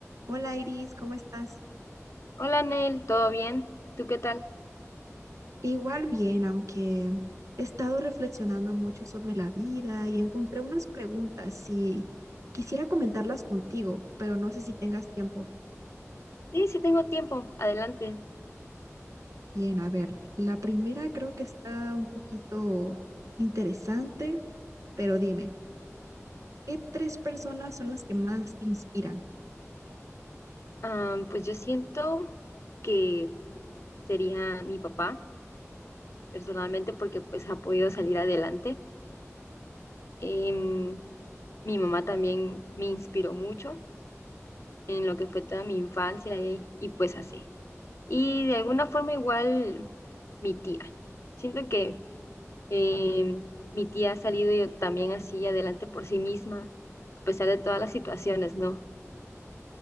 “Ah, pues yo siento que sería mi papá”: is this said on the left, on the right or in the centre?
Left